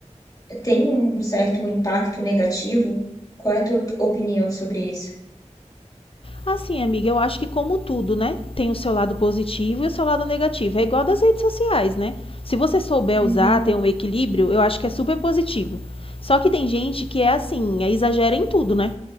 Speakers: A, on the left; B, on the left.
A: tem um um certo impacto negativo? Qual é a tua op- opinião sobre isso?
B: Assim, amiga, eu acho que como tudo, né? Tem o seu lado positivo e o seu lado negativo. É igual das redes sociais, né? Se você souber
A: Uhum,
B: usar, ter um equilíbrio, eu acho que é super positivo. Só que tem gente que é assim, é, exagera em tudo, né?